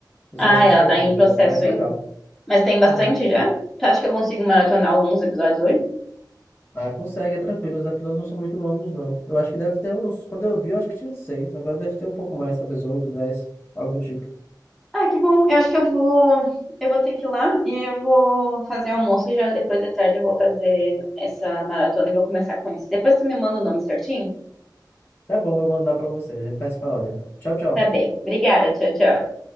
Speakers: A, on the left; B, in the centre.
A: Eu
B: ah,
A: só assisti
B: ela
A: alguns,
B: tá em processo
A: mas parece
B: ainda.
A: legal.
B: Mas tem bastante
A: Uhum.
B: já? Tu acha que eu consigo maratonar alguns episódios hoje?
A: Ah, consegue, é tranquilo. Os episódios não são muito longos, não. Eu acho que deve ter uns. Quando eu vi, eu acho que tinha uns seis. Agora deve ter um pouco mais, talvez oito, dez, algo do tipo.
B: Ah, que bom. Eu acho que eu vou. Eu vou ter que ir lá e eu vou fazer o almoço e já depois da tarde eu vou fazer essa maratona e vou começar com isso. Depois tu me manda o nome certinho?
A: Tá bom, eu mando lá pra você. A gente vai se falando então. Tchau, tchau.
B: Tá bem. Obrigada. Tchau, tchau.